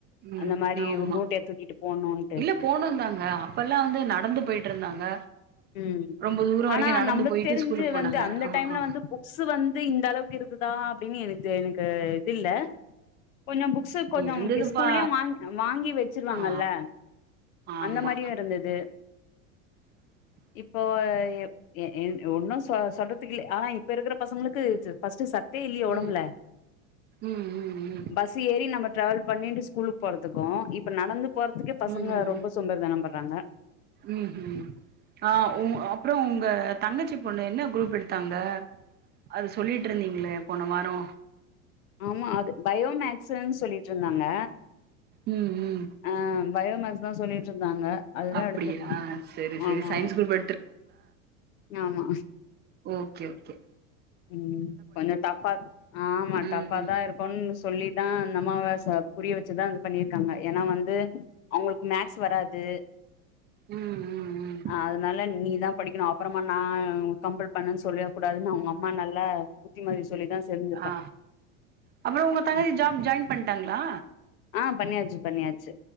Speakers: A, on the right; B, on the left.
A: ம்
B: அந்த மாரி
A: ஆமா
B: மூட்டைய தூக்கிட்டு போணுன்ட்டு
A: இல்ல போனுந்தாங்க அப்பல்லா வந்து நடந்து போயிட்டு இருந்தாங் ங்க
B: ம்
A: ரொம்ப தூரோ வரைக்கு
B: ஆனா
A: நடந்து
B: நம்ளுக்கு தெரிஞ்சு
A: ஸ்கூலுக்கு போனாங்க
B: வந்து அந்த
A: ஆ
B: டைம்ல
A: ஆ
B: வந்து புக்ஸு வந்து இந்த அளவுக்கு இருக்குதா அப் <unintelligible> எனக்கு எனக்கு இதுல்ல கொஞ்சோ புக்ஸு கொஞ்சோ
A: இருந்ததுப்பா
B: ஸ்கூல்லயு வாங் வாங்கி வெச்சுருவாங்கல்ல
A: ஆ ஆமா
B: அந்த மாதிரியு இருந்தது
A: <inaudible>
B: இப்போ எ ஒன்னு சொ சொல்றதுக்கு இல்ல ஆனா இப்போ இருக்குற பசங்ளுக்கு ஃபஸ்ட்டு சட் தே இல்லியே ஒடம்புல
A: ம் ம் ம் ம்
B: பஸ்ஸு ஏ ரி நம்ம ட்ராவல் பண்ணீட்டு ஸ்கூலுக் போறதுக்கு இப்ப நடந்து போறதுக்கே பசங்க
A: ம்
B: ரொம்ப சோம்பேரி தனொ பட்றாங்க
A: ம் ம் ஆ ஊ அப்றோ உங்க தங்கச்சி பொண்ணு என்ன குரூப் எடுத்தாங்க அது சொல்லிட்ருந்தீங்ளே போன வாரொ
B: ஆமா அது பயோமேக்ஸுன் சொல்லிட்ருந்தாங்க
A: ம் ம்
B: ஆ பயோமேக்ஸ்தா சொல்லிட் இருந்தாங்க அதுதா
A: அப்டியா
B: எடுத்துர்பாங்க
A: சரி சரி
B: ஆமா
A: சயின்ஸ் குரூப்
B: ஆமா ஆமா
A: ஓக்கே ஓக்கே
B: ம் கொஞ்சோ டஃப்பா ஆமா
A: ம் ம்
B: டஃபாதா இருக்குனு சொல்லிதா நம்ம வாச புரிய வெச்சுதா இது பண்ணிருக்காங்க ஏனா வந்து அவுங்களுக்கு மேக்ஸ் வராது
A: ம் ம் ம்
B: ஆ அதனால நீதா படிக்கணு அப்பறமா நா கம்பல் பண்ணுன் சொல்லிற கூடாதுனு அவுங்க அம்மா நால புத்திமதி சொல்லிதா சேர்ந்திருக்கா
A: ஆ அப்புறோ உங்க தங்கசி
B: ம்
A: ஜாப் ஜாயின் பண்டாங்ளா
B: அ பண்ணியாச்சு பண்ணியாச்சு